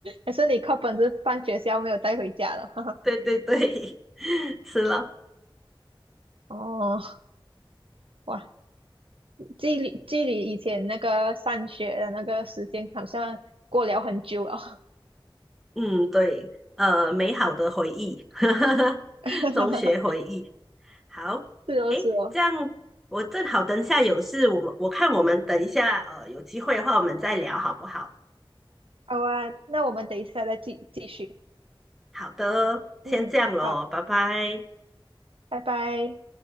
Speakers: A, on the right; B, in the centre.
A: 还是你靠本是放学校没有带回家了，
B: 对对对，<laughs> 是咯，
A: <laughs> 哦，哇，距离距离以前那个上学的那个时间好像过了很久了，
B: 嗯对，呃，美好的回忆，<laughs>
A: <laughs>
B: 中学回忆，好，
A: 是哦是哦，
B: 诶，这样我正好等一下有事，我们我看我们等一下，呃，有机会的话我们再聊好不好？
A: 好啊，那我们等一下再继继续，
B: 好的，先这样咯，
A: 嗯，好，
B: 拜拜。
A: 拜拜。